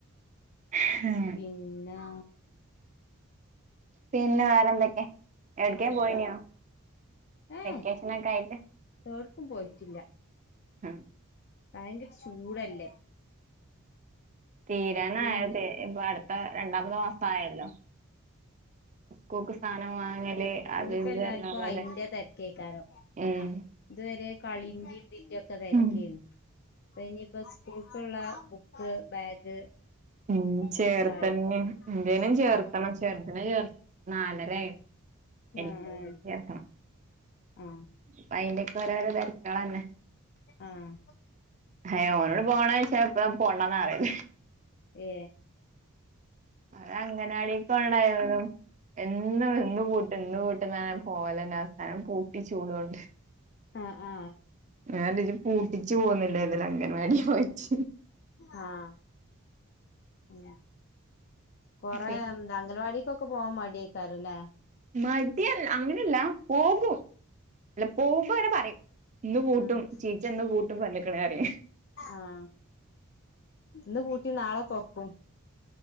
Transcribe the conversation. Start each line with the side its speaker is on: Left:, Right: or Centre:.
Right: <unintelligible>
Left: പിന്നാ
Right: പിന്നെ വേറെ ന്തൊക്കെ എട്ക്കേം
Left: വേറെ
Right: പോയിനോ
Left: ഏ
Right: വെക്കേഷനൊക്കെ ആയിട്ട്
Left: എവിടക്കും പോയിട്ടില്ല
Right: ഉം
Left: ഭയങ്കര ചൂടല്ലേ
Right: തീരാനായത്
Left: പിന്നെ
Right: ഇപ്പൊ അട്ത്ത രണ്ടാമത് മാസായല്ലോ കൂക്ക് സാനം വാങ്ങല് അത്
Left: ഇഞ്പ്പോ
Right: ഇത്
Left: എല്ലാർക്കും
Right: പറഞ്ഞുള്ള
Left: അയിന്റെ
Right: തിരക്ക്
Left: തെര്ക്കേക്കാരം
Right: ഉം
Left: ഇത് വെരെ കളിന്റെതിന്റെ ഒക്കെ തെര്ക്കെനി
Right: ഉം
Left: തയ്ഞ് പ്പോ സ്കൂൾക്കുള്ള ബുക്ക് ബാഗ്
Right: ഉം ചേർത്തന്നെ
Left: ഒക്കെ ആയി
Right: ഇന്റെനിം ചേർത്തണം
Left: ആഹ്
Right: ചേർത് നെ ചേർ നാലരയായി എൽ
Left: ആഹ്
Right: കെ ജി ക്ക്‌ ചേർക്കണം
Left: ആഹ്
Right: പ്പ അയിന്റെയക്കെ ഓരോരോ തെര്ക്കാള ന്നെ
Left: ആഹ്
Right: ഹേ ഓനോട് പോണോയ്ച്ചാ പ്പളും പോണ്ടാന്നാ പറയല്
Left: ഏ
Right: അത് അങ്ങനാടിക് പോണേ ടൈമിലും എന്നും ഇന്ന് പൂട്ട് ഇന്ന് പൂട്ട് പോല ന്നെ അവസാനം പൂട്ടി ച്ചൂടോണ്ട്
Left: ആഹ് ആഹ്
Right: ഞാന്ച് പൂട്ടിച്ച് പോന്നിലെ ഇത് ല് അങ്കൻവാടി പോയിട്ട്
Left: ആഹ് ഉം കൊറെ
Right: പി
Left: അംഗല വാടിക്കൊക്കെ പോവാൻ മടിയേക്കാര ല്ലേ
Right: മടിയാണ് അങ്ങനെല്ല പോകും അല്ല പോകുംമ്പങ്ങെനെ പറയും ഇന്ന് പൂട്ടും
Left: ആഹ്
Right: ചീച്ചന്ന് പൂട്ടും പറ്ഞ്ക്ക്‌ണ് പറിം
Left: ആഹ് ഇന്ന് പൂട്ടി നാളെ തൊറ്ക്കും